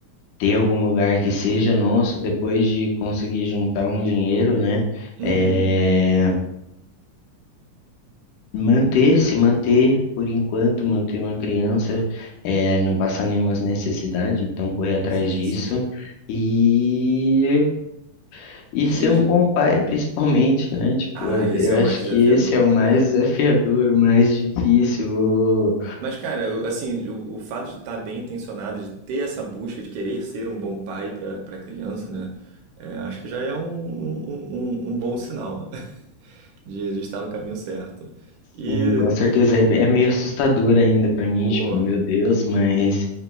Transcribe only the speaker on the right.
Uhum.
Sim,
sim.
E.
Ah,
esse
é o mais
desafiador,
cara.
Mas, cara, assim, o, o fato de estar bem intencionado, de ter essa busca, de querer ser um bom pai para para criança, né? é, acho que já é um, um, um- um um bom sinal <laughs> de, de estar no caminho certo. E,
pô,